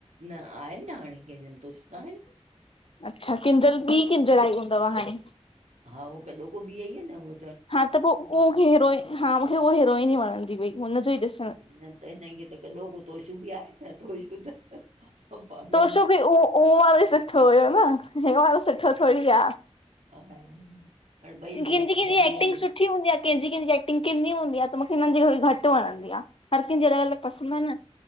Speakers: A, on the right; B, on the left.
A: न आहिन न हाणे केंजल तोषू त आहिन।
B: अच्छा, किंजल ॿी किंजल आई हूंदव हाणे।
A: हा, उह कॾो को ॿी आई आ न हूअ।
B: हा त पो उहो हीरोइन हा मूंखे उह हीरोइन ई वणंदी हुई, हुनजो ई ॾिस
A: न त हिन खे त कॾो को तोशू बि आहे न तोशू त पागल
B: तोशू बि उहो उहो वारो ई सुठो हुयो न हे वारो सुठो थोड़ी आ।
A: ह हाणे ॿई
B: कंहिंजी
A: मट
B: कंहिंजी
A: बदिलियल
B: एक्टिंग
A: इनि।
B: सुठी हूंदी आ कंहिंजी- कंहिंजी एक्टिंग कीन्नी हूंदी आ त मूंखे हिननि जी थोड़ी घटि वणंदी आ। हर कंहिंजी अलग- अलग पसंद आ न,